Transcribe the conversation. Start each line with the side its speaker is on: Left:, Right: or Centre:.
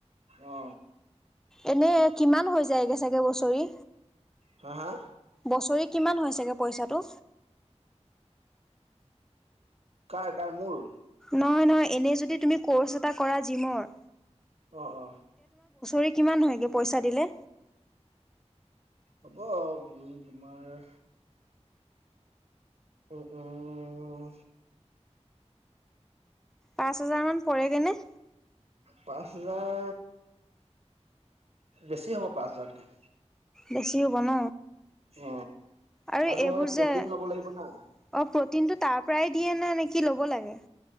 Right: অ।
Centre: এনে কিমান হৈ যায়গে চাগে বছৰি?
Right: হা? হা?
Centre: বছৰি কিমান হয় ছাগে পইচাটো?
Right: কাৰ-কাৰ? মোৰ?
Centre: নহয়-নহয় এনেই যদি তুমি ক'ৰ্চ এটা কৰা জিমৰ?
Right: অ-অ।
Centre: ৰি কিমান হয়গে পইচা দিলে?
Right: হ'ব তোমাৰ উ-উ অ।
Centre: পাঁচ হাজাৰ মান পৰেগে নে?
Right: পাঁচ হাজাৰ, বেছি হ'ব পাঁচ হাজাৰতকে।
Centre: বেছি হব ন?
Right: অ
Centre: আৰু
Right: তোমাৰ
Centre: এইবোৰ
Right: মানে প্ৰটিন
Centre: যে অ
Right: ল'ব লাগিব না
Centre: প্ৰটিনটো তাৰ পৰাই দিয়ে নে নে কি ল'ব লাগে?